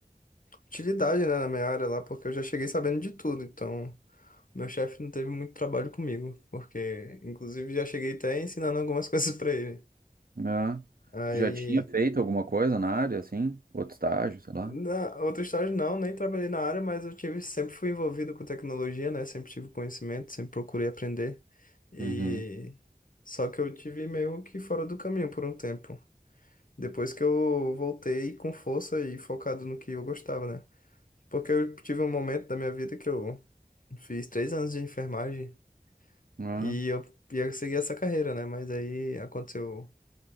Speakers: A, on the left (about 65°); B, on the right (about 75°).
A: utilidade, né, na minha área lá, porque eu já cheguei sabendo de tudo, então. Meu chefe não teve muito trabalho comigo, porque inclusive já cheguei até ensinando algumas <laughs> coisas pra ele.
B: É.
A: Aí
B: Tu já tinha feito alguma coisa na área, assim? Outro estágio, sei lá.
A: Na outra estágio não, nem trabalhei na área, mas eu tive, sempre fui envolvido com tecnologia, né? Sempre tive conhecimento, sempre procurei aprender. E
B: Uhum.
A: só que eu tive meio que fora do caminho por um tempo. Depois que eu voltei com força e focado no que eu gostava, né? Porque eu tive um momento da minha vida que eu fiz três anos de enfermagem
B: Ah,
A: e eu ia seguir essa carreira, né? Mas aí aconteceu